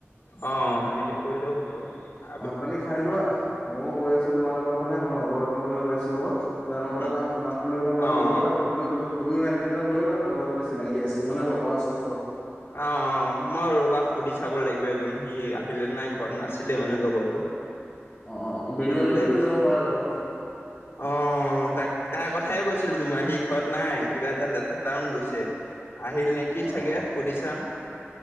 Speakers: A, on the left; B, on the left.
A: অ সেনেকে কৰিলেও হ'ব আৰু
B: ভাত পানী খাই লোৱা ময়ও গৈ আছো তোমালোকৰ ফালে মই লগৰ এজন লৈ গৈ আছো লগত তেওঁৰ লগতে
A: উম
B: যাম তোমাক লৈ ল'ম আৰু
A: অ
B: ওলোৱা তুমও দু তুিও এক দুজন লোৱা কোনোবা যদি চিনাকি আছে মানে লগৰ আছে ওচৰত।
A: অ অ মই ৰ'বা সুধি চাব লাগিব এজন সি আহিলে নাই ঘৰত নাছিলে মানে জগৰটোো
B: অ', অ',
A: ক'বাতাত
B: বিলু আলিকো
A: ওলাই
B: লৈ
A: গৈছ
B: ল'ব পাৰা লগত
A: আহ তাক তাৰ কথাইে কৈছিলো তোমাৰ সি ঘৰত নাই কিবা এটা লেঠ টাউন গৈছে আহিল কি
B: অ',
A: চাগে
B: অ'।
A: সুধি চাম